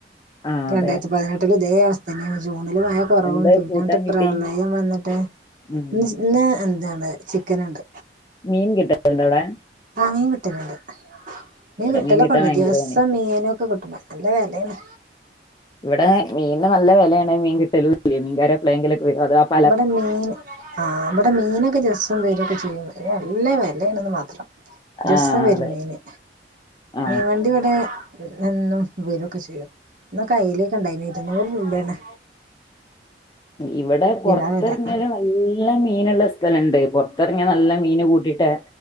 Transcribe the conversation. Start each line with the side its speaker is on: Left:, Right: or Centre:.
Left: ആ
Right: രണ്ടായിരത്തിപതിനെട്ടില്
Left: അതെ
Right: ഇതേ അവസ്ഥനേണ് ജൂണ്ല് മയ കൊറവും
Left: എന്താ
Right: പിന്നങ്ങട്ട്
Left: കൂട്ടാൻ കിട്ടി
Right: പ്രളയം വന്ന്ട്ട്. <unintelligible>
Left: ഉം
Right: ഇന്ന് എന്താണ് ചിക്കന്ണ്ട്
Left: മീൻ കിട്ടല്ണ്ടവിടെ
Right: ആഹ് മീൻ കിട്ടല്ണ്ട്. മീൻ
Left: ഇവിടെ
Right: കിട്ടലൊക്കണ്ട്,
Left: കിട്ടാൻ ഭയങ്കര
Right: ദിവസം
Left: പണിയാ
Right: മീനൊക്കെ കിട്ടും, പ നല്ല വെലേണ്
Left: ഇവിടെ മീൻന് നല്ല വെലേണ്. മീൻ കിട്ടലൂല്ല. മീൻകാരെ എപ്പളേങ്കിലൊക്കെ വരും. അത് അപ്
Right: ബടെ മീന് ആഹ് ബടെ മീനൊക്കെ ദിവസം വെരൊക്കെ ചെയ്യും. അയ്‌ന് നല്ലെ വെലേണ്ന്ന് മാത്രം ദിവസം
Left: ആഹ്
Right: വരും
Left: അതെ
Right: മീന്.
Left: ആഹ്
Right: മീൻവണ്ടിവടെ എന്നും വരു ഒക്കെ ചെയ്യും ഇന്നൊക്കയ്ക്കല്യൊക്കെണ്ടായിനി ഇരുന്നൂറ് രൂപേണ്
Left: ഇവടെപൊർത്തെർങ്യാല്
Right: കിലോ വില
Left: ന നല്ല മീന്ള്ള സ്ഥലണ്ട്. പൊർത്തെർങ്ങിയ നല്ല മീന് കൂട്ടിട്ടെ